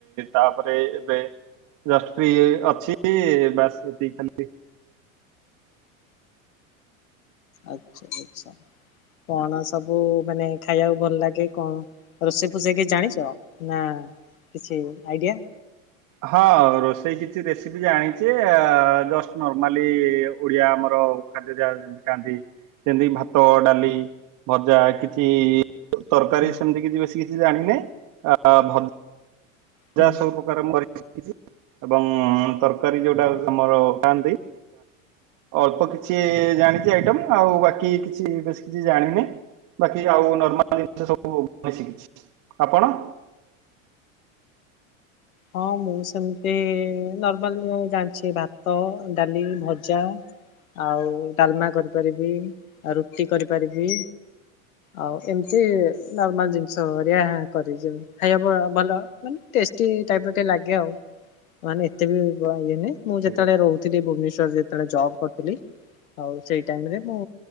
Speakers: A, on the right; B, on the left.
A: ତାପରେ ଏବେ ଯଷ୍ଟ ଫ୍ରି ଇ ଅଛି ବାସ୍ ଏତିକି ଖାଲି।
B: ଆଚ୍ଛା ଆଚ୍ଛା କଣ ସବୁ ମାନେ ଖାଇବାକୁ ଭଲ ଲାଗେ କଣ? ରୋଷେଇ ଫୋଷେଇ କିଛି ଜାଣିଛ ନା କିଛି ଆଇଡିଆ?
A: ହଁ ରୋଷେଇ କିଛି ରେସିପି ଜାଣିଛି ଯେ ଜଷ୍ଟ ନର୍ମାଲି ଓଡ଼ିଆ ଆମର ଖାଦ୍ୟ ଯାହା ଯେମତି ଖାଆନ୍ତି ଯେମିତି ଭାତ, ଡାଲି, ଭଜା କିଛି ତରକାରୀ
B: ହୁଁ
A: ସେମିତି କିଛି ବେଶୀ କିଛି ଜାଣିନେଇ ଆ ଭ ଜା
B: ହୁଁ।
A: ସବୁ ପ୍ରକାର ମୁ କରି ଶିଖିଛି ଏବଂ ତରକାରୀ ଯୋଉଟା ଆମର ଖାଆନ୍ତି ଅଳ୍ପ କିଛି ଜାଣିଛି ଆଇଟମ୍ ଆଉ ବାକି କିଛି ବେଶୀ କିଛି ଜାଣିନି। ବାକି ଆଉ ନର୍ମାଲ ଜିନିଷ ସବୁ ମାନେ ଶିକିିଛି, ଆପଣ?
B: ହଁ ମୁଁ ସେମିତି ନର୍ମାଲ ମୁଁ ଜାଣିଛି ଭାତ, ଡାଲି, ଭଜା। ଆଉ ଡାଲମା କରିପାରିବି। ଆ ରୁଟି କରିପାରିବି, ଆଉ ଏମିତି ନର୍ମାଲ ଜିନ ଷ ହେରିଆ କରିଯଉ ଖାଇବା ଭ ଭଲ ମାନେ ଟେଷ୍ଟି ଟାଇପ୍ ର ଟିକେ ଲାଗେ ଆଉ ମାନେ ଏତେ ବି ଇଏ ନାଇଁ ମୁଁ
A: ଠିକ
B: ଯେତଳେ
A: ଅଛି
B: ରହୁ ଥିଲି ଭୁବନେଶ୍ୱରରେ ଯେତେବେଳେ ଜବ୍ କରିଥିଲି ଆଉ ସେଇ ଟାଇମ୍ ରେ ମୁଁ